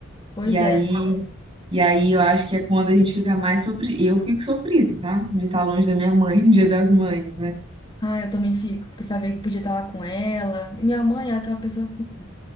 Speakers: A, on the left; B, on the right.
A: Pois
B: E aí
A: é.
B: E aí eu acho que é quando a gente fica mais sofrido. Eu fico sofrida, tá? De estar longe da minha mãe <laughs> no Dia das Mães, né?
A: Ah, eu também fico, porque sabia que podia estar lá com ela. E minha mãe era aquela pessoa assim,